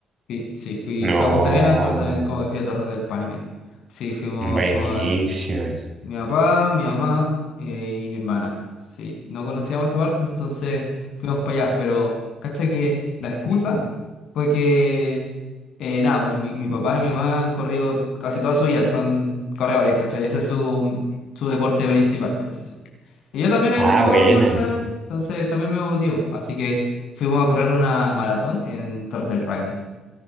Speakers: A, on the left; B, on the right.
A: Sí, sí, fui,
B: No,
A: fui a Punta Arenas, pero también como que fui a Torres del Paine. Sí, fuimos
B: buenísimo.
A: con mi papá, mi mamá eh, y mi hermana. Sí, no conocíamos esa parte, entonces fuimos para allá. Pero, cacha que la excusa fue que, eh, nada, bueno, mi, mi papá y mi mamá han corrido casi toda su vida, son corredores, ¿cachai? Ese es su, su deporte principal, por así decirlo. Y yo también eh,
B: Ah,
A: corro,
B: buena.
A: ¿cachai? Entonces también me motivó. Así que fuimos a correr una maratón en Torres del Paine.